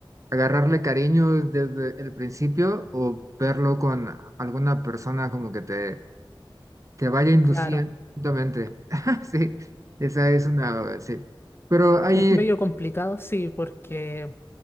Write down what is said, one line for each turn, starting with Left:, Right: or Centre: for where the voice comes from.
Right: agarrarle cariño desde el principio o verlo con alguna persona como que te, te vaya induciendo
Left: claro.
Right: lentamente. <laughs> Sí, esa es una, sí. Pero ahí,
Left: Es medio complicado, sí, porque